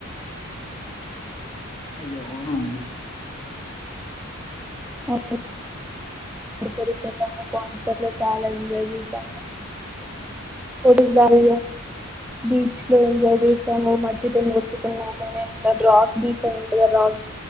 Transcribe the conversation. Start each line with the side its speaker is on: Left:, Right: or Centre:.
Left: అయ్యో అవ్నా అండి
Centre: అ తెరిను పాన్సర్లు బాగా ఎంజాయ్ చేశాము కొడుకుదార బీచ్ లో ఎంజాయ్ చేసాము మట్టితోని కొట్టుకున్నాము రాక్ బీచ్ అని ఉంటుందా రాక్